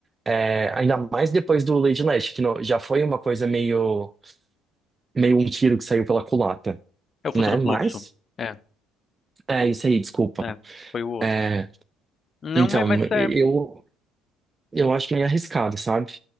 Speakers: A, on the right (about 25°); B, on the left (about 40°).
A: é, ainda mais depois do Lady Leste, que não- já foi uma coisa meio, meio um tiro que saiu pela culata,
B: É o
A: né?
B: Futuro
A: Mas,
B: Fluxo. É,
A: é isso aí, desculpa.
B: é, foi o outro.
A: É,
B: Não,
A: então,
B: mas mas é.
A: eu, eu acho meio arriscado, sabe?